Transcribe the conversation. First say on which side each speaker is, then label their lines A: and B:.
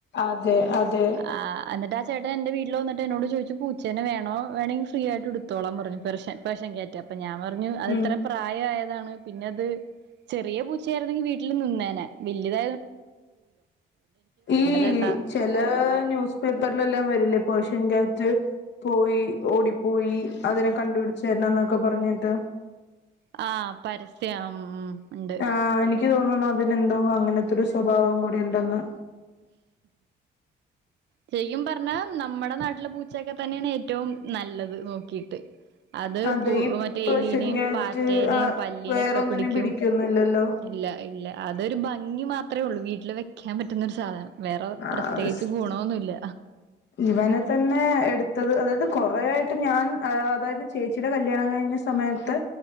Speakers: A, on the left; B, on the right.
A: അതെ അതെ
B: ആ എന്നിട്ട് ആ ചേട്ടൻ എന്റെ വീട്ടിൽ വന്നിട്ട് എന്നോട് ചോയിച്ചു പൂച്ചേനെ വേണോ വേണെങ്കി ഫ്രീ ആയിട്ട്ടുത്തോളാം പറഞ്ഞു പെറു ഷൻ പേർഷ്യൻ ക്യാറ്റ് അപ്പ ഞാൻ പറഞ്ഞു അത്
A: ഉം
B: ഇത്ര പ്രായ യ പിന്നെത് ചെറിയ പൂച്ച ആരുന്നെങ്കി വീട്ടില് നിന്നേനെ വല്യത
A: ഈ
B: ചേട്ടാ
A: ചെല ന്യൂസ് പേപ്പറിലെല്ലാം വരില്ലേ പേർഷൻ ക്യാറ്റ്- പോയി ഓടിപ്പോയി അതിനെ കണ്ടുപിടിച്ചരണം ന്നൊക്കെ പറഞ്ഞിട്ട്
B: ആ പരസ്യം ഉണ്ട്
A: ആ എനി നിക്ക് തോന്നുന്നു അതിനെന്തോ അങ്ങനത്തെ ഒരു സ്വഭാവം കൂടി ഉണ്ടെന്ന്
B: ശെരിക്കും പറഞ്ഞാ നമ്മുടെ നാട്ടിലെ പൂച്ചൊക്കെ തന്നെയാണ് ഏറ്റവും നല്ലത് നോക്കിട്ട് അത്
A: അതെ
B: പൂ
A: ഈ
B: മറ്റേ
A: പേർഷ്യൻ
B: എലീനേയും
A: ക്യാറ്റ്
B: പാറ്റേനെയും
A: ആഹ്
B: പല്ലീനെക്കെ
A: വേറൊന്നിനും
B: പിടിക്കും
A: പിടിക്കൊന്നുല്ലല്ലോ
B: ഇല്ല ഇല്ല അതൊരു ഭംഗി മാത്രേ ഒള്ളൂ വീട്ടിൽ വെക്കാൻ പ ഇന്നൊരു സാധനം വേറെ
A: ആഹ്
B: പ്രത്യേകിച്ച്
A: സത്യം
B: ഗുണൊഒന്നുല്ല
A: ഇവനെ തന്നെ എട്ത്തത് അതായത് കൊറേ ആയിട്ട് ഞാൻ അതായത് ചേച്ചിടെ കല്യാണം കഴിഞ്ഞ സമയത്ത്